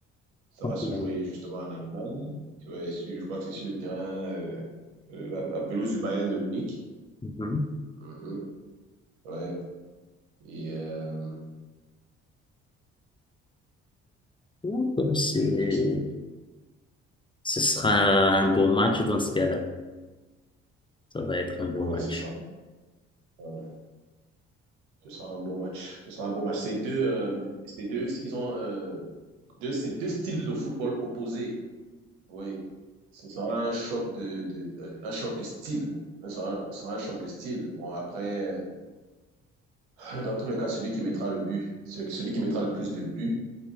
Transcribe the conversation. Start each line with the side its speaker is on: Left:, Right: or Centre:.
Right: Ça va se
Left: Bien.
Right: jouer justement en Allemagne. Ouais, sur- je crois que c'est sur le terrain, euh, euh, la, la pelouse du Bayern de Munich.
Left: Mhm.
Right: Mhm. Ouais. Et euh,
Left: Donc, c'est-
Right: ce sera,
Left: ce sera un beau match dans ce cas-là. Ça va être un beau
Right: oh,
Left: match.
Right: ouais, ce sera, euh, ce sera un beau match. Ce sera un beau match. Ces deux, euh, ces deux, ils ont euh, deux, ces deux styles de football opposés. Oui. Ce sera un choc de, de, de- un choc de style. Ce sera, ce sera un choc de style. Bon, après, euh, <laughs> dans tous les cas, celui qui mettra le but, ce- celui qui mettra le plus de buts